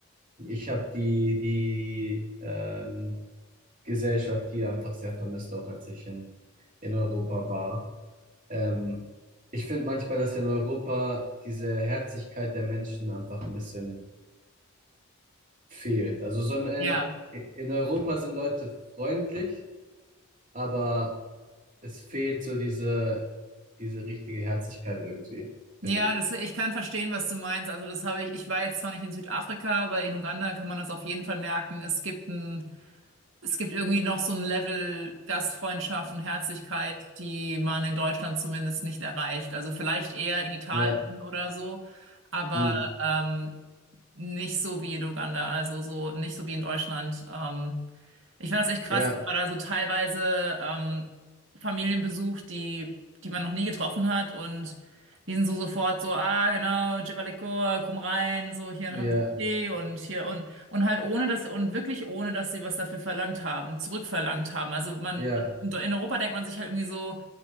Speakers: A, on the right; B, on the right.
A: ich habe die, die ähm, Gesellschaft hier einfach sehr vermisst, auch als ich in, in Europa war. Ähm, ich finde manchmal, dass in Europa diese Herzlichkeit der Menschen einfach ein bisschen fehlt. Also so in,
B: Ja,
A: in Europa sind Leute freundlich, aber es fehlt so diese, diese richtige Herzlichkeit irgendwie,
B: ja,
A: finde ich.
B: das, ich kann verstehen, was du meinst. Also das habe ich, ich war jetzt zwar nicht in Südafrika, aber in Uganda kann man das auf jeden Fall merken. Es gibt ein, es gibt irgendwie noch so ein Level Gastfreundschaft und Herzlichkeit, die man in Deutschland zumindest nicht erreicht. Also vielleicht eher in Italien
A: Ja,
B: oder so, aber
A: hm.
B: ähm, nicht so wie in Uganda, also so nicht so wie in Deutschland. Ähm, Ich fand das echt krass.
A: Ja,
B: Ich war da so teilweise ähm, Familien besucht, die, die man noch nie getroffen hat. Und die sind so sofort so, ah, genau, Jibalikoa, komm rein, so hier
A: ja,
B: haben sie Tee und hier und, und halt ohne, dass und wirklich ohne, dass sie was dafür verlangt haben, zurückverlangt haben. Also man,
A: ja,
B: in Europa denkt man sich halt irgendwie so,